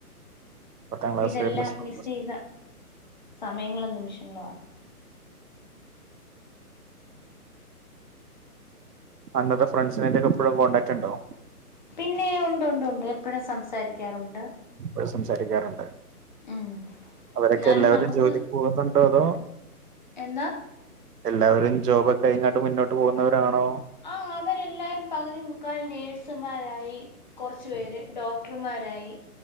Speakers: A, on the right; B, on the left.
A: പത്താം ക്ലാസ്
B: ഇതെല്ലാം
A: plus one
B: miss
A: plus
B: ചെയ്ത
A: two
B: സമയങ്ങളും നിമിഷങ്ങളും ആണ്.
A: അന്നത്തെ ഫ്രണ്ട്സിനായിട്ടൊക്കെ എപ്പോഴും കോൺടാക്റ്റ് ഉണ്ടാവോ?
B: പിന്നെ ഉണ്ട് ഉണ്ട് ഉണ്ട്. എപ്പോഴും സംസാരിക്കാറുണ്ട്.
A: ഒരു സംസാരിക്കാറുണ്ട്.
B: ഉം
A: അവരൊക്കെ
B: എന്നാലും
A: എല്ലാവരും
B: നമുക്ക്
A: ജോലിക്ക് പോകുന്നുണ്ടോ? അതോ
B: എന്താ
A: എല്ലാവരും ജോബക്കെ കഴങ്ങോട്ട് മുന്നോട്ട് പോകുന്നവരാണോ?
B: ആ അവരെല്ലാരും പകുതി മുക്കാൽ നേഴ്സുമാരായി കുറച്ചു പേര് ഡോ ഡോക്ടർമാരായി.